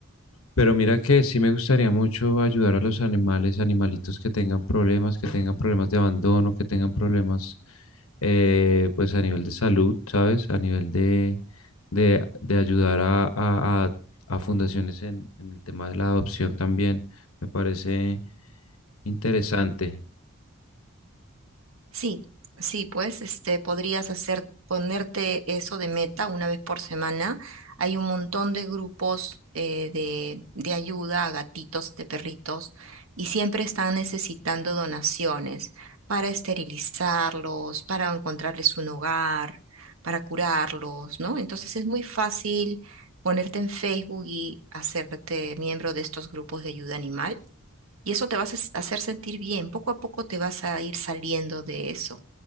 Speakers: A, on the left; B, on the right.
A: Pero mira que sí me gustaría mucho ayudar a los animales, animalitos que tengan problemas, que tengan problemas de abandono, que tengan problemas eh, pues a nivel de salud, ¿sabes? A nivel de, de, de ayudar a, a- a- a fundaciones en, en el tema de la adopción también. Me parece interesante.
B: Sí, sí, pues este podrías hacer ponerte eso de meta una vez por semana. Hay un montón de grupos eh, de, de ayuda a gatitos, de perritos, y siempre están necesitando donaciones para esterilizarlos, para encontrarles un hogar, para curarlos, ¿no? Entonces es muy fácil ponerte en Facebook y hacerte miembro de estos grupos de ayuda animal. Y eso te vas a s- hacer sentir bien. Poco a poco te vas a ir saliendo de eso.